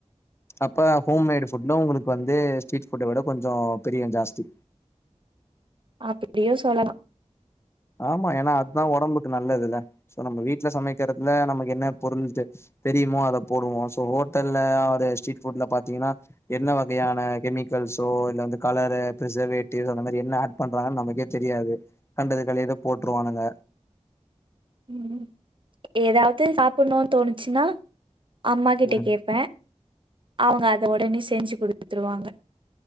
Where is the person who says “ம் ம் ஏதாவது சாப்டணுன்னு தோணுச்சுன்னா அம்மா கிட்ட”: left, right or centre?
Right